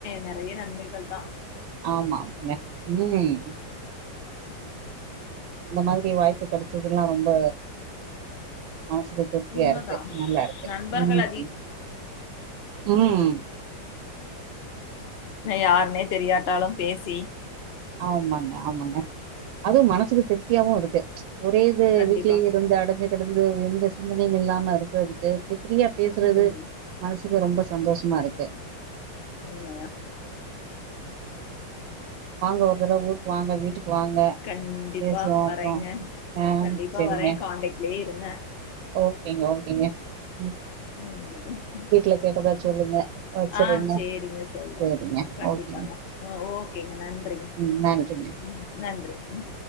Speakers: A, on the left; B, on the right.
A: நறைய நன்மைகள் தா
B: ஆமா ஆமாங்க ம்
A: ம்
B: இந்த மாதிரி வாய்ப்பு கெடைச்சதெல்லா ரொம்ப மனசுக்கு திருப்தியாருக்கு
A: உண்மதான்.
B: நல்லாருக்கு
A: நண்பர்கள்
B: ம் ம்
A: யாருனே தெரியாட்டாலு பேசி
B: ஆமாங்க ஆமாங்க அதுவு மனசுக்கு திருப்தியாவு இருக்கு ஒரே இது
A: கண்டிப்பா.
B: வீட்லேயே இருந்து அடைஞ்து கடந்து எந்த சிந்தனையு இல்லாம இருக்கறதுக்கு இப்டி ஃப்ரீயா பேசுறது
A: ம்
B: மனசுக்கு ரொம்ப சந்தோஷமாருக்கு
A: உண்மையா
B: வாங்க ஒரு தடவ ஊருக்கு வாங்க வீட்டுக்கு வாங்க
A: கண்டிப்பா
B: பேசுவோ
A: வரேங்க
B: அப்றோ ஆ
A: கண்டிப்பா
B: செரிங்க
A: வரேன் காண்டக்ட்லயே இருங்க
B: ஓகேங்க ஓகேங்க ம்
A: ம்
B: வீட்ல கேட்டதா சொல்லுங்க வச்சறேங்க
A: ஆ சேரிங்க சொல்ற
B: செரிங்க
A: கண்டிப்பாங்க
B: ஓகேங்க
A: ஆ ஓகேங்க நன்றிங்க
B: ம் நன்றிங்க
A: ம் நன்றி ம்